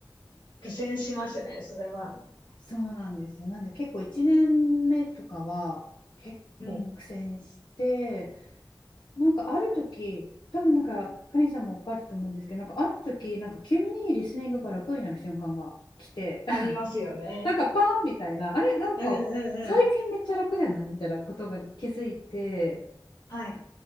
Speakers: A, on the left (about 85°); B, on the left (about 65°).
A: 苦戦しますね、それは。
B: そうなんですよ。なんで結構1年目とかは結構苦戦して、
A: うん。
B: なんかある時、多分なんか、カリンさんもわかると思うんですけど、なんかある時、なんか急にリスニングが楽になる瞬間が来て、<laughs>
A: ありますよね。
B: なんかパーンみたいな、あれ、なんか最近めっちゃ楽じゃないみたいなことが気づいて、
A: うんうんうん。はい。